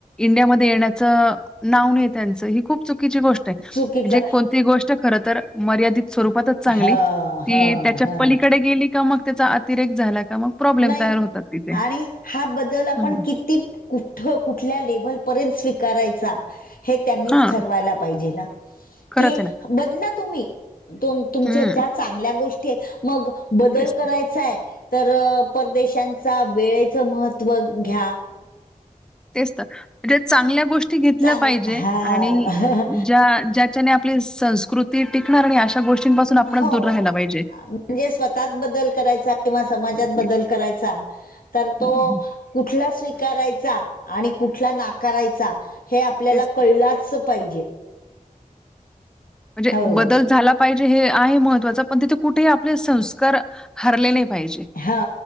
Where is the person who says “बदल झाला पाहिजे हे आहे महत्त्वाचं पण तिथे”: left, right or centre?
Centre